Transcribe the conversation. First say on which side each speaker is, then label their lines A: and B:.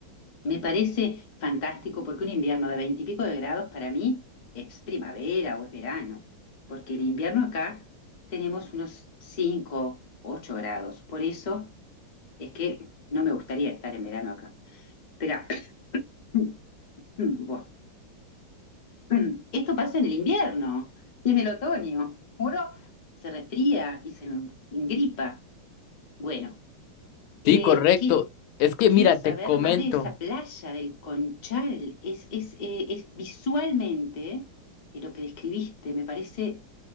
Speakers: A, on the left (about 55°); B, on the left (about 80°).
A: me parece fantástico porque un invierno de veintipico de grados para mí es primavera o es verano, porque el invierno acá tenemos unos cinco, ocho grados, por eso es que no me gustaría estar en verano acá. Espera, <clears throat> bueno, <clears throat> esto pasa en el invierno y en el otoño. Uno se resfría y se engripa. Bueno, eh,
B: Sí, correcto.
A: que-
B: Es que
A: quiero
B: mira,
A: saber
B: te comento.
A: más de esa playa del Conchal. Es, es, eh, es visualmente eh, lo que describiste, me parece